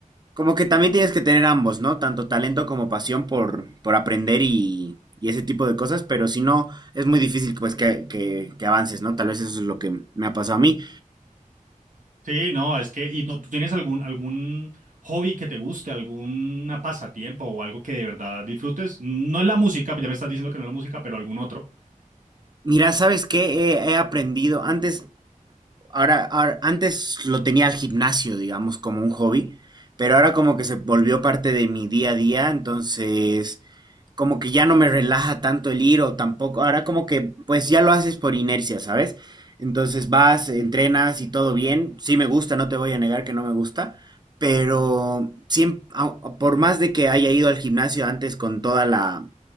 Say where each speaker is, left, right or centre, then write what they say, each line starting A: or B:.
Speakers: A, on the right; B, on the right.
A: como que también tienes que tener ambos, ¿no? Tanto talento como pasión por, por aprender y, y ese tipo de cosas, pero si no, es muy difícil pues que, que, que avances, ¿no? Tal vez eso es lo que me ha pasado a mí.
B: Sí, no, es que, y no, ¿tú tienes algún, algún hobby que te guste, alguna pasatiempo o algo que de verdad disfrutes? No es la música, pues ya me estás diciendo que no es la música, pero algún otro.
A: Mira, ¿sabes qué? He, he aprendido antes. ahora, ahora- antes lo tenía al gimnasio, digamos, como un hobby, pero ahora como que se volvió parte de mi día a día, entonces como que ya no me relaja tanto el ir o tampoco, ahora como que pues ya lo haces por inercia, ¿sabes? Entonces vas, entrenas y todo bien, sí me gusta, no te voy a negar que no me gusta, pero siem- au- au- por más de que haya ido al gimnasio antes con toda la,